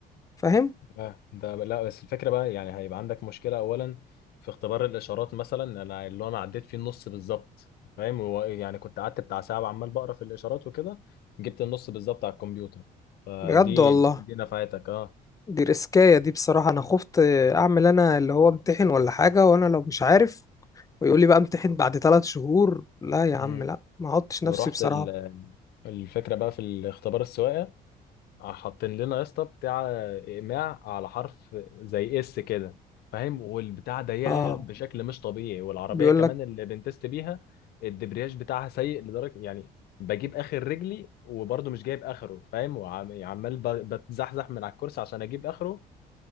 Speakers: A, on the left; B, on the left.
A: فاهم
B: اه ده لا بس الفكره بقى يعني هيبقى عندك مشكله اولا في اختبار الاشارات مثلا انا اللي انا عديت فيه النص بالظبط فاهم هو يعني كنت قعدت بتاع ساعه عمال بقرا في الاشارات وكده جبت النص بالظبط على الكمبيوتر فدي
A: بجد والله
B: دي نفعتك اه
A: دي ريسكاية دي بصراحة انا خفت اعمل انا اللي هو امتحن ولا حاجة وانا لو مش عارف ويقول لي بقى امتحن بعد ثلاث شهور لا يا عم
B: امم
A: لا ما احطش
B: ورحت
A: نفسي بصراحة
B: ال- الفكره بقى في الاختبار السواقه حاطين لنا يا اسطى بتاع اقماع على حرف زي اس كده فاهم والبتاع ضيقه
A: اه
B: بشكل مش طبيعي والعربيه
A: بيقول
B: كمان
A: لك
B: اللي بنتست بيها الدبرياج بتاعها سيء لدرجه يعني بجيب اخر رجلي وبرضه مش جايب اخره فاهم وعمال ب- بتزحزح من على الكرسي عشان اجيب اخره